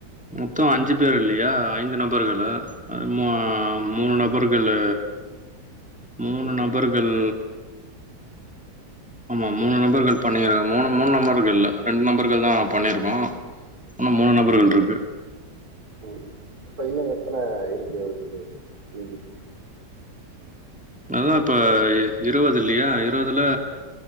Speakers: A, in the centre; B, on the right (about 60°).
A: மொத்தோ அஞ்சு பேரில்லியா ஐந்து நபர்களு அது மோ மூனு நபர்கள் இல்ல மூனு
B: ம்.
A: நபர்கள் ஆமா மூனு நபர்கள் பண்ணிறக மூனு மூனு நம்பர்கள்ல ரெண் நம்பர்கள் தா பண்ணிருக்கோ உன்னு மூனு நம்பர்கள்ட்ருக்கு
B: ம் இப்ப இன்னு எத்தன இருக்கு உங்குளுக்கு மீதி <inaudible>
A: அதுதா இப்ப இ இருவது இல்லையா இர் இருவதுல